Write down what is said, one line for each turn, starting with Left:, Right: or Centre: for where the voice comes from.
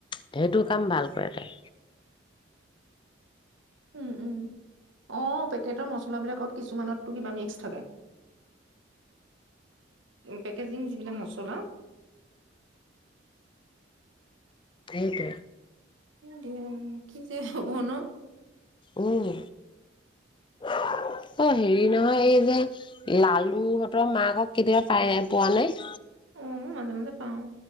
Left: সেইটো কাম ভাল কৰে তাই
Right: উম, উম। অ' পেকেটৰ মছলাবিলাকত কিছুমানতটো কিবা মিক্স থাকে। পেকেজিং যিবিলাক মছলা
Left: সেইটো।
Right: দিয়া, কি যে হব ন'।
Left: উম, অ', হেৰি নহয় এই যে লালুহঁতৰ মাকক কেতিয়াবা পাই পোৱা নাই।
Right: উম, মাজে মাজে পাওঁ।